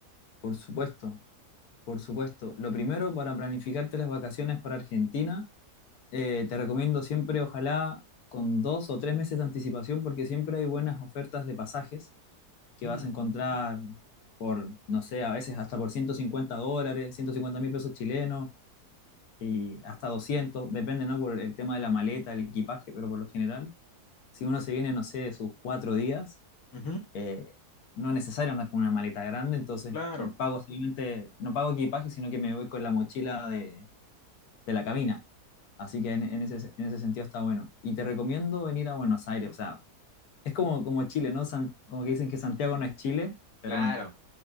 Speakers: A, on the left; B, on the left.
A: Por supuesto, por supuesto. Lo primero para planificarte las vacaciones para Argentina Eh, te recomiendo siempre, ojalá, con dos o tres meses de anticipación, porque siempre hay buenas ofertas de pasajes que
B: Sí.
A: vas a encontrar por, no sé, a veces hasta por 150 dólares, ciento cincuenta mil pesos chilenos y hasta doscientos depende, ¿no? Por el tema de la maleta, el equipaje, pero por lo general, si uno se viene, no sé, sus cuatro días,
B: Ujú.
A: eh, no es necesario andar con una maleta grande, entonces
B: Claro,
A: pago simplemente, no pago equipaje, sino que me voy con la mochila de de la cabina. Así que en, en ese, en ese sentido está bueno. Y te recomiendo venir a Buenos Aires. O sea, es como, como Chile, ¿no? San- como que dicen que Santiago no es Chile, pero
B: claro,
A: bueno,